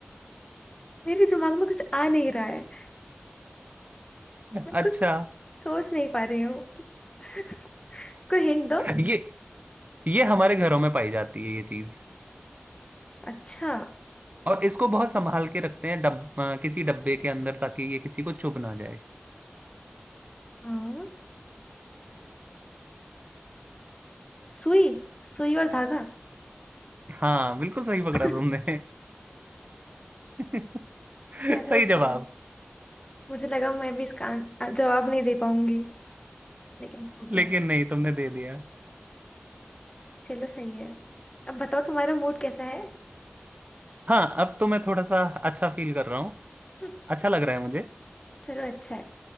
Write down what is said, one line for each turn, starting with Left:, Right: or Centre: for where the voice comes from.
Left: मेरे दिमाग में कुछ आ नहीं रहा है
Right: <laughs>
Left: मैं
Right: अच्छा
Left: कुछ सोच नहीं पा रही हूँ <laughs> कोई हिंट दो
Right: ये ये हमारे घरों में पाई जाती है ये चीज
Left: अच्छा
Right: और इसको बहुत संभाल के रखते हैं डब अ, किसी डब्बे के अंदर ताकि ये किसी को चुभ ना जाए
Left: हाँ सुई सुई और धागा
Right: हाँ बिल्कुल सही पकड़ा
Left: <laughs>
Right: तुमने <laughs> <laughs> सही
Left: चलो सही।
Right: जवाब
Left: मुझे लगा मैं भी इसका आन- जवाब नहीं दे पाऊंगी लेकिन हो गया
Right: लेकिन नहीं तुमने दे दिया
Left: चलो सही है अब बताओ तुम्हारा मूड कैसा है
Right: हाँ अब तो मैं थोड़ा सा अच्छा फील कर रहा हूँ
Left: <laughs>
Right: अच्छा लग रहा है मुझे
Left: चलो अच्छा है